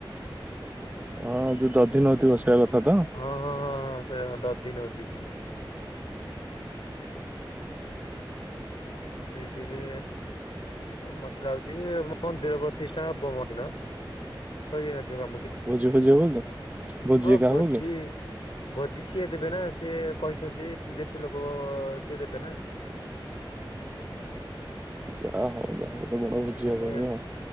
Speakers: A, on the right; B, on the left.
A: ହଁ ଯୋଉ ଦଧି ନଉଥିବ ବସେଇିବା କଥାତ?
B: ହଁ ହଁ ହଁ ହଁ ସେଇ ଦଧିନଉତି। ଏଇଠି ଯେ ମତେ ଲାଗୁଚି ମୋ ମନ୍ଦିର ପ୍ରତିଷ୍ଠା ହବ ମୋ ଦିନ ସରିଯାଇନଥିବ କାମକି
A: ଭୋଜି ଫୋଜି ହବ କି
B: ହଁ
A: ଏକା
B: ଭୋଜି
A: ହବ କି
B: ଭୋଜି ସିଏ ଦେବେନା ସିଏ କହିଚନ୍ତି ଯେତେ ଲୋକ ସିଏ ଦେବେନା।
A: ଯାହା ହଉ ଯାହାହଉ ଗୋଟେ ବଡ଼ ଭୋଜି
B: ମାନେ
A: ହବ ଏବେ ହଉ।